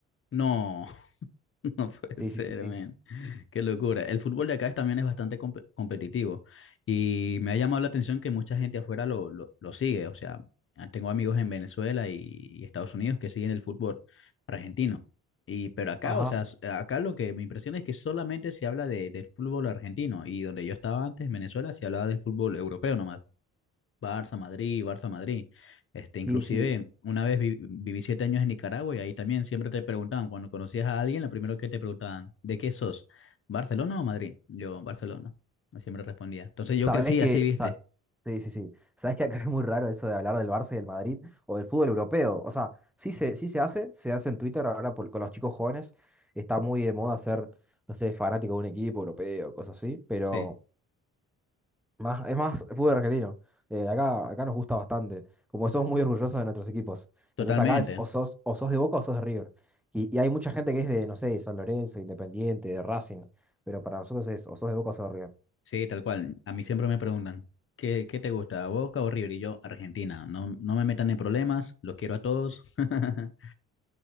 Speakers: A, on the left (about 45°); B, in the centre.
A: No, <laughs> no puede
B: Sí,
A: ser,
B: sí, sí. Sí,
A: man. Qué locura. El fútbol de acá es- también es bastante compe- competitivo y me ha llamado la atención que mucha gente afuera lo, lo, lo sigue. O sea, ah, tengo amigos en Venezuela y, y Estados Unidos que siguen el fútbol argentino. Y, pero acá,
B: Ajá.
A: o sea, s- acá lo que me impresiona es que solamente se habla de, del fútbol argentino y donde yo estaba antes, en Venezuela, se hablaba del fútbol europeo nomás. Barça, Madrid, Barça, Madrid. Este, inclusive,
B: sí. sí.
A: una vez vi- viví siete años en Nicaragua y ahí también siempre te preguntaban, cuando conocías a alguien, lo primero que te preguntaban, ¿de qué sos? ¿Barcelona o Madrid? Yo, Barcelona. Y Siempre respondía. Entonces yo
B: Sabes
A: crecí
B: que.
A: así, ¿viste?
B: sa- sí, sí, sí. Sabes que acá <laughs> es muy raro eso de hablar del Barça y del Madrid o del fútbol europeo. O sea, sí se, sí se hace, se hace en Twitter ahora por- con los chicos jóvenes. Está muy de moda ser, no sé, fanático de un equipo europeo, cosas así, pero.
A: Sí,
B: Más, es más fútbol argentino. Eh, acá, acá nos gusta bastante. Como somos muy orgullosos de nuestros equipos.
A: totalmente.
B: Entonces acá es o sos, o sos de Boca o sos de River. Y, y hay mucha gente que es de, no sé, de San Lorenzo, Independiente, de Racing. Pero para nosotros es o sos de Boca o sos de River.
A: Sí, tal cual. A mí siempre me preguntan, ¿qué, qué te gusta, Boca o River? Y yo, Argentina. No, no me metan en problemas, los quiero a todos. <laughs>